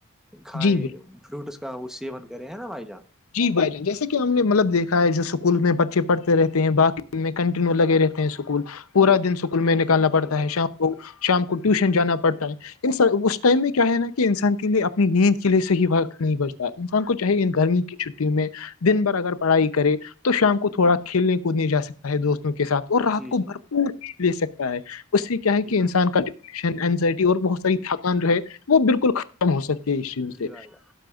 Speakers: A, in the centre; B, on the left.
A: کھائے
B: جی
A: فروٹس کا وہ سیون کرے ہیں نا بھائی جان
B: جی بھائی جان جیسے کہ ہم نے مطلب دیکھا ہے جو اسکول میں بچے پڑھتے رہتے ہیں باقی میں کنٹینیو لگے
A: جی جی
B: رہتے ہیں اسکول پورا دن اسکول میں نکالنا
A: جی
B: پڑتا
A: بھائی
B: ہے شام کو شام کو ٹیوشن جانا پڑتا ہے انسان اس ٹائم میں کیا ہے نا کہ انسان کے لیے اپنی نیند کے لیے صحیح وقت نہیں بچتا انسان کو چاہے
A: جان
B: ان گرمی
A: جی
B: کی چھٹی میں دن بھر اگر پڑھائی کرے تو شام کو تھوڑا کھیلنے کودنے جا سکتے تا ہے دوستوں کے ساتھ اور
A: جی
B: رات کو
A: جی
B: بھرپور نیند لے سکتا ہے اس سے کیا ہے
A: جی
B: کہ
A: بھائی
B: انسان کا ٹنشن انزائٹی اور بہت ساری تھکان جو ہے وہ بالکل ختم کم ہو سکتے ہے ان چیزوں
A: جی
B: سے
A: بھائی جان